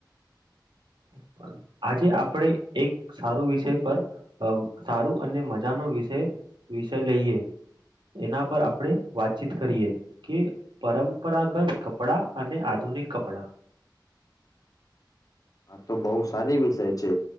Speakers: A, on the right; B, on the left.
A: <unintelligible> આજે આપડે એક સારો વિષય પર સારું અને મજાનો વિષય વિષય લઈએ એના પર આપણે વાતચીત કરીએ કે પરંપરાગત કપડા અને આ આધુનિક કપડા
B: હા તો બહું સારી વિષય છે